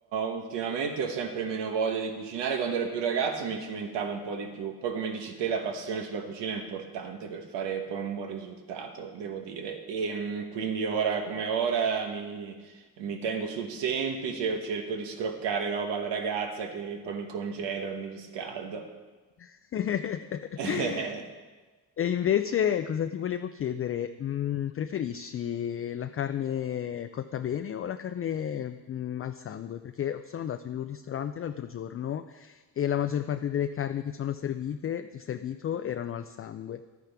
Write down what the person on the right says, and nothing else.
ultimamente ho sempre meno voglia di cucinare. Quando ero più ragazzo mi cimentavo un po' di più. Poi, come dici te, la passione sulla cucina è importante per fare poi un buon risultato, devo dire. E mh, quindi ora come ora mi, mi tengo sul semplice o cerco di scroccare roba alla ragazza che poi mi congelo e mi riscaldo.
<laughs>